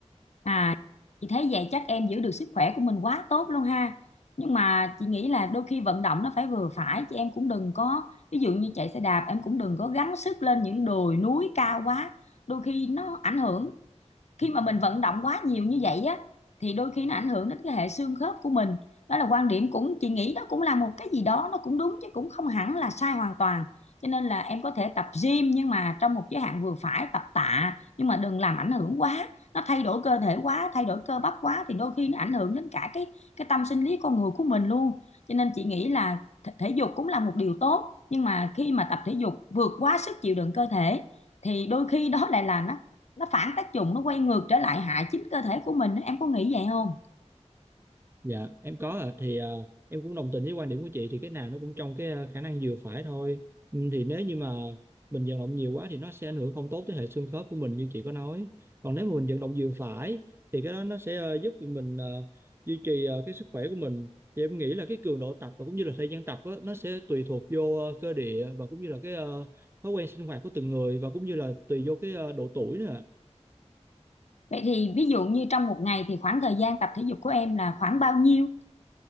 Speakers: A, on the left; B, on the right.
A: À, chị thấy vậy chắc em giữ được sức khỏe của mình quá tốt luôn ha. Nhưng mà chị nghĩ là đôi khi vận động nó phải vừa phải chứ em cũng đừng có ví dụ như chạy xe đạp em cũng đừng có gắng sức lên những đồi núi cao quá. Đôi khi nó ảnh hưởng khi mà mình vận động quá nhiều như vậy á thì đôi khi nó ảnh hưởng đến cái hệ xương khớp của mình đó là quan điểm cũng chị nghĩ đó cũng là một cái gì đó nó cũng đúng chứ cũng không hẳn là sai hoàn toàn cho nên là em có thể tập gym nhưng mà trong một giới hạn vừa phải tập tạ nhưng mà đừng làm ảnh hưởng quá nó thay đổi cơ thể quá thay đổi cơ bắp quá thì đôi khi nó ảnh hưởng đến cả cái cái tâm sinh lý con người của mình luôn cho nên chị nghĩ là thể dục cũng là một điều tốt nhưng mà khi mà tập thể dục vượt quá sức chịu đựng cơ thể thì đôi khi đó lại là nó nó phản tác dụng nó quay ngược trở lại hại chính cơ thể của mình em có nghĩ vậy không
B: Dạ em có ạ. thì à, em cũng đồng tình với quan điểm của chị thì cái nào nó cũng trong cái à, khả năng vừa phải thôi Ừ, thì nếu như mà mình vận động nhiều quá thì nó sẽ ảnh hưởng không tốt tới hệ xương khớp của mình như chị có nói còn nếu mà mình vận động vừa phải thì cái đó nó sẽ ờ, giúp mình ờ, duy trì ờ, cái sức khỏe của mình thì em nghĩ là cái cường độ tập và cũng như là thời gian tập á, nó sẽ tùy thuộc vô ờ, cơ địa và cũng như là cái ờ, thói quen sinh hoạt của từng người và cũng như là tùy vô cái ờ, độ tuổi nữa ạ.
A: vậy thì ví dụ như trong một ngày thì khoảng thời gian tập thể dục của em là khoảng bao nhiêu